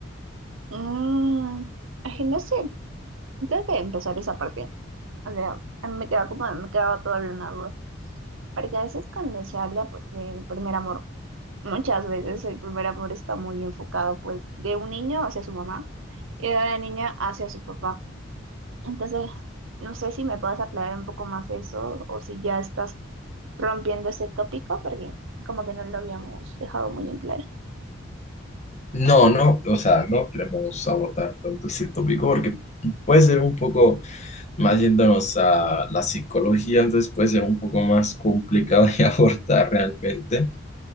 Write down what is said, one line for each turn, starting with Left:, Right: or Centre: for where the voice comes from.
Right: Mm, es que no sé, antes de empezar esa parte, o sea, a mí me queda como, me quedaba todavía una duda, porque a veces cuando se habla pues, del primer amor, muchas veces el primer amor está muy enfocado pues de un niño hacia su mamá y de una niña hacia su papá. Entonces, no sé si me puedes aclarar un poco más eso o si ya estás rompiendo ese tópico, porque como que no lo habíamos dejado muy en claro.
Left: No, no, o sea, no queremos abordar tanto ese tópico porque puede ser un poco más yéndonos a la psicología, entonces puede ser un poco más complicado de <laughs> abordar realmente,